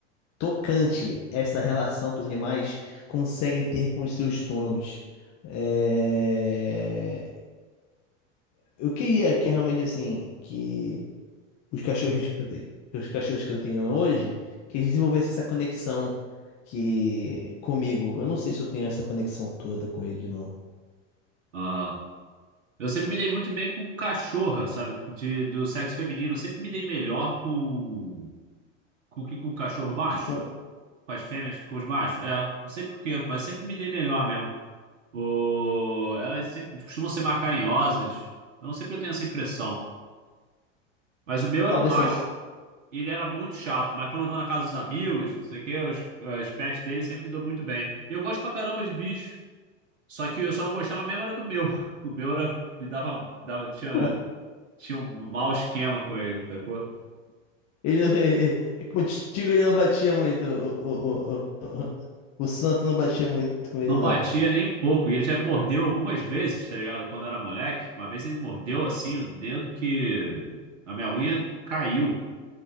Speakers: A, on the left (about 45°); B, on the right (about 90°).
A: tocante essa relação que os animais conseguem ter com os seus donos. É, Eu queria que realmente assim que os cachorros que eu tenho, que os cachorros que eu tenho hoje, que eles desenvolvessem essa conexão que comigo. Eu não sei se eu tenho essa conexão toda com eles, não.
B: aham. Eu sempre me dei muito bem com cachorra, sabe? De, do sexo feminino. Eu sempre me dei melhor com. Com o que com o cachorro macho?
A: Que com
B: Com as fêmeas que com os machos? É, não sei por quê, mas sempre me dei melhor mesmo. O- Elas sempre- costumam ser mais carinhosas. Eu não sei porque eu tenho essa impressão. Mas o meu era
A: talvez
B: um macho.
A: é uma coisa.
B: E ele era muito chato. Mas quando eu vou na casa dos amigos, não sei o quê, os, os pets dele sempre me dão muito bem. E eu gosto pra caramba de bicho. Só que eu só não gostava mesmo era do meu. <laughs> O meu era, me dava, dava, tinha,
A: <laughs>
B: tinha um mau esquema com ele, sacou?
A: Ele, ele- ele- contigo ele não batia muito. O, o, o, o, o o santo não batia muito com
B: Não
A: ele, não.
B: batia nem um pouco. E ele já me mordeu algumas vezes, tá ligado? Quando eu era moleque. Uma vez ele me mordeu assim o dedo que a minha unha caiu.